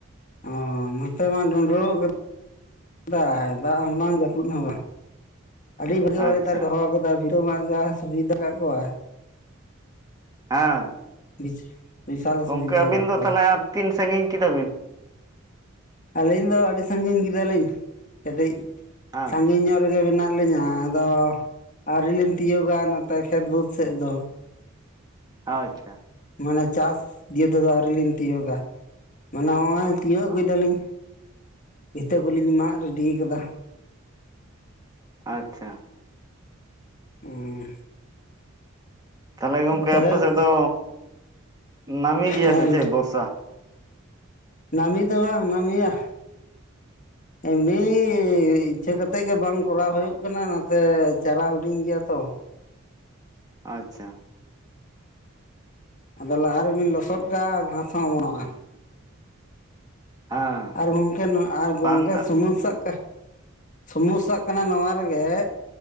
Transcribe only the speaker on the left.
ᱚ ᱱᱚᱛᱮ ᱢᱟ ᱰᱩᱰᱨᱩᱜ ᱠᱟᱼᱼ ᱫᱟᱭ ᱫᱟᱜ ᱦᱚᱸ ᱵᱟᱝ ᱡᱟᱹᱯᱩᱫ ᱦᱚᱸ ᱵᱟᱝ᱾ ᱟᱹᱰᱤ ᱵᱷᱟᱹᱜᱤ ᱚᱭᱫᱟᱨ
ᱮ ᱫᱚᱦᱚ ᱟᱠᱟᱫᱟ ᱵᱷᱤᱛᱟ. ᱢᱟᱜ ᱡᱟᱦᱟᱸ ᱥᱩᱵᱤᱫᱟ ᱟᱠᱟᱫ ᱠᱚᱣᱟ᱾
<unintelligible>
ᱥᱩᱵᱤᱫᱷᱟ
ᱠᱟᱜ
ᱠᱚᱣᱟ
ᱟᱹᱞᱤᱧ ᱫᱚ ᱟᱹᱰᱤ ᱥᱟᱹᱜᱤᱧ ᱠᱮᱫᱟᱞᱤᱧ ᱠᱟᱹᱴᱤᱡ
ᱥᱟᱹᱜᱤᱧ ᱧᱚᱜ᱾ ᱨᱮᱜᱮ ᱢᱮᱱᱟᱜ ᱞᱤᱧᱟ ᱟᱫᱚ ᱟᱹᱣᱨᱤ ᱞᱤᱧ ᱛᱤᱭᱳᱚᱜᱟ ᱱᱚᱛᱮ ᱠᱷᱮᱛ ᱵᱟᱹᱫᱽ ᱥᱮᱫ ᱫᱚ᱾
ᱢᱟᱱᱮ ᱪᱟᱥ ᱤᱭᱮ ᱛᱮᱫᱚ ᱟᱹᱣᱨᱤ ᱞᱤᱧ ᱛᱤᱭᱳᱚᱜᱟ᱾ ᱢᱟᱱᱮ ᱦᱚᱜᱼᱚᱭ ᱛᱤᱭᱳᱜ ᱟᱹᱜᱩᱭᱮᱫᱟᱞᱤᱧ
ᱵᱷᱤᱛᱟᱹ ᱠᱚᱞᱤᱧ ᱢᱟᱜ ᱨᱮᱰᱤ ᱠᱟᱫᱟ᱾
ᱩᱻ
ᱛᱟᱦᱚᱞᱮ
ᱦᱮᱸ
ᱱᱟᱢᱤ ᱫᱚ ᱵᱟᱝ ᱱᱟᱢᱤᱭᱟ᱾
ᱮᱢᱱᱤ ᱤᱪᱷᱟᱹ ᱠᱟᱛᱮᱜ ᱜᱮ ᱵᱟᱝ ᱠᱚᱨᱟᱣ ᱦᱩᱭᱩᱜ ᱠᱟᱱᱟ ᱱᱚᱛᱮ ᱪᱟᱨᱟ ᱦᱤᱰᱤᱧ ᱜᱮᱭᱟ ᱛᱚ᱾
ᱟᱫᱚ ᱞᱟᱦᱟ ᱨᱮᱵᱤᱱ ᱞᱚᱥᱚᱫ ᱠᱟᱜᱼᱟ ᱜᱷᱟᱥ ᱦᱚᱸ ᱚᱢᱚᱱᱚᱜᱼᱟ᱾
ᱟᱨ ᱜᱚᱝᱠᱮ ᱟᱨ ᱜᱚᱝᱠᱮ
ᱥᱚᱢᱚᱥᱟᱜ ᱠᱟ ᱥᱚᱢᱥᱟᱜ ᱠᱟᱱᱟ ᱱᱚᱣᱟ ᱨᱮᱜᱮ᱾